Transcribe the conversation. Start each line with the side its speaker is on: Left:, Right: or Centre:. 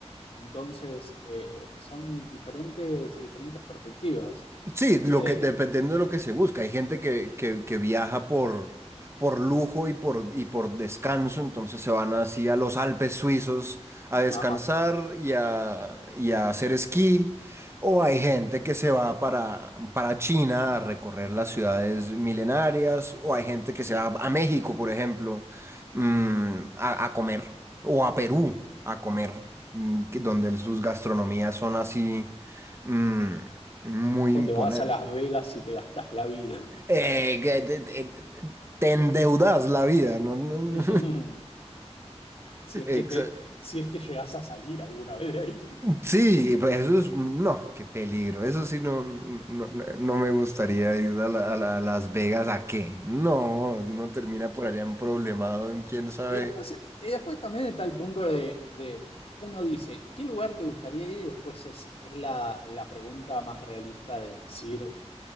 Left: Entonces, eh, son diferentes, diferentes perspectivas.
Right: Sí, lo
Left: Eh,
Right: que, dependiendo de lo que se busca. Hay gente que, que, que viaja por, por lujo y por, y por descanso, entonces se van así a los Alpes suizos a descansar
Left: ajá.
Right: y a, y a hacer esquí. O hay gente que se va para, para China a recorrer las ciudades milenarias. O hay gente que se va a México, por ejemplo, mm, a, a comer. O a Perú a comer, mm, que- donde sus gastronomías son así. mm, muy
Left: O
Right: imponente.
Left: te vas a Las Vegas y te gastas la vida.
Right: Eh, que te, te- te endeudas la vida, ¿no? <laughs>
Left: <laughs> Si es que
Right: Exa-
Left: te, si es que llegas a salir alguna vez de ahí.
Right: Sí, pues eso es, no, qué peligro. Eso sí no, no, no- no me gustaría ir a, la- a la- a Las Vegas a qué. No, uno termina por allá en problemado en quién sabe.
Left: Y después, eh, y después también está el punto de, de, uno dice, ¿qué lugar te gustaría ir? Y después es, es la, la pregunta más realista de decir,